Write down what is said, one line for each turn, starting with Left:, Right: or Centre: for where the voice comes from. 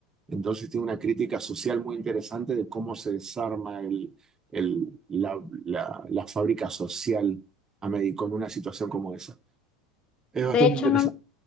Right: Entonces tiene una crítica social muy interesante de cómo se desarma el, el- la, la- la fábrica social a medi- con una situación como esa. Es
Left: de
Right: bastante
Left: hecho,
Right: interesante.
Left: no